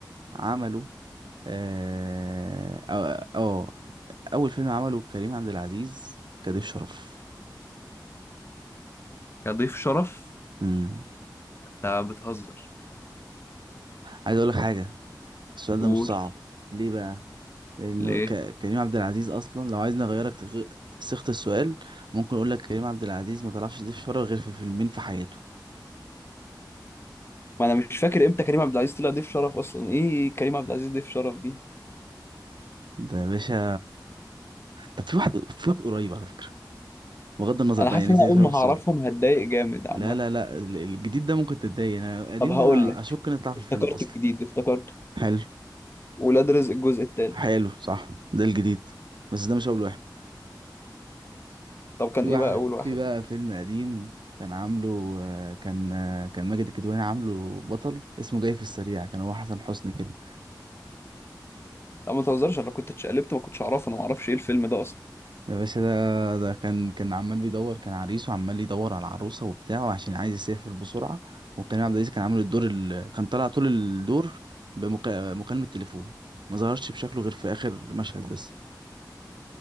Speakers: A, on the right; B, on the left.
A: عمله اه اه آه، اول فيلم عمله كريم عبد العزيز كضيف شرف
B: يا ضيف شرف
A: امم
B: انت بتهزر
A: عايز اقول لك حاجه السؤال
B: قول
A: ده مش صعب ليه بقى لانه
B: ليه
A: ك... كريم عبد العزيز اصلا لو عايز نغيرك تغ... صيغه السؤال ممكن اقول لك كريم عبد العزيز ما طلعش ضيف شرف غير في فيلمين في حياته
B: ما انا مش فاكر امتى كريم عبد العزيز طلع ضيف شرف اصلا ايه كريم عبد العزيز ضيف شرف دي
A: ده يا باشا طب في واحد في واحد قريب على فكره بغض النظر
B: انا
A: بقى
B: حاسس
A: يعني
B: ان انا
A: سيب
B: اول
A: فيها
B: ما
A: السؤال
B: هعرفهم هتضايق جامد عامه
A: لا لا لا ال- الجديد ده ممكن تتضايق انا القديم
B: طب هقول
A: ده انا
B: لك
A: اشك نطلع في
B: افتكرت
A: الفيلم اصلا
B: الجديد افتكرته
A: حلو
B: ولاد رزق الجزء الثالث
A: حلو صح ده الجديد بس ده مش اول واحد
B: طب كان
A: في واحد
B: ايه بقى اول واحد
A: في بقى فيلم قديم كان عامله آه، كان آه، كان ماجد الكدواني عامله بطل اسمه جاي في السريع كان هو حسن حسني كده
B: لا ما تهزرش انا لو كنت اتشقلبت ما كنتش اعرفه انا ما اعرفش ايه الفيلم ده اصلا
A: ده باشا ده ده كان كان عمال بيدور كان عريس وعمال يدور على العروسة وبتاع عشان عايز يسافر بسرعة وكان عبد العزيز كان عامل الدور ال... كان طالع طول الدور بمكالمة تليفون ما ظهرش بشكله غير في آخر مشهد بس